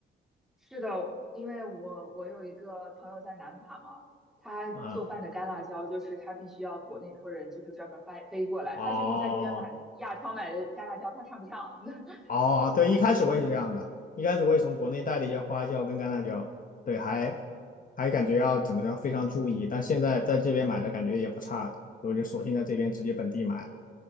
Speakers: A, in the centre; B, on the left (about 45°).
A: 是的，因为我我有一个朋友在南法嘛，他做饭的干辣椒就是他必须要国内托人就是专门掰背过来，
B: 嗯，哦
A: 他就是在这边买的亚超买的干辣椒，他看不上。<laughs>
B: 哦，对，一开始我也是这样的，一开始我也从国内带的一些花椒跟干辣椒，对，还还感觉要怎么着非常注意，但现在在这边买的感觉也不差，我就索性在这边直接本地买。